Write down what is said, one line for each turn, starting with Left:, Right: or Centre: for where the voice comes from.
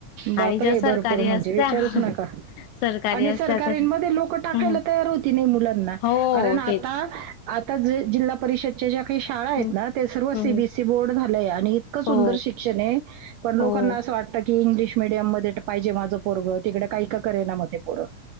Right: बापरे
Left: आणि जर सरकारी
Right: भरपूर
Left: असल्या
Right: म्हणजे विचारूच नका
Left: सरकारी
Right: आणि
Left: असल्या
Right: सरकारीनमध्ये
Left: तर
Right: लोकं टाकायला
Left: हम्म
Right: तयार होती नाही मुलांना
Left: हो
Right: कारण आता
Left: तेच
Right: आता जि जिल्हा परिषदच्या ज्या काही शाळा आहेत
Left: हम्म
Right: ना ते सर्व
Left: हम्म
Right: सीबीएससी
Left: हम्म.
Right: बोर्ड झालंय आणि इतकं सुंदर
Left: हो
Right: शिक्षण आहे पण लोकांना
Left: हो
Right: असं वाटत की इंग्लिश मिडीयम मध्ये पाहिजे माझं पोरगं तिकड काही का करे ना म ते पोरं